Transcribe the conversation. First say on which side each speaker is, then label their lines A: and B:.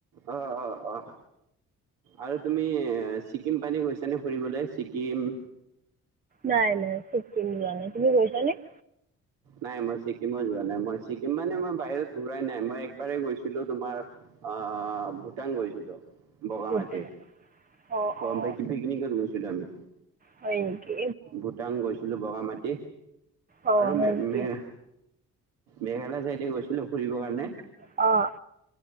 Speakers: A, on the right (about 65°); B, on the right (about 20°).
A: অঁ অঁ অঁ। আৰু তুমি ছিকিম পানে গৈছানে ফুৰিবলৈ ছিকিম?
B: নাই নাই চিকিম যোৱা নাই, তুমি গৈছানে?
A: নাই মই ছিকিমত যোৱা নাই, মই ছিকিম মানে মই বাহিৰত ঘূৰাই নাই মই একবাৰেই গৈছিলো তোমাৰ- অঁঅঁ ভূটান গৈছিলো। বগামাটি,
B: ভূটান অঁ
A: গম
B: অঁ
A: পাই কি পিকনিকত গৈছিলো আমি।
B: হয় নিকি?
A: ভূটান গৈছিলো বগামাটি,
B: অঁ
A: আৰু
B: হয়
A: মে
B: নেকি
A: মে- মেঘালয় চাইডে গৈছিলো ফুৰিবৰ কাৰণে।
B: অঁ।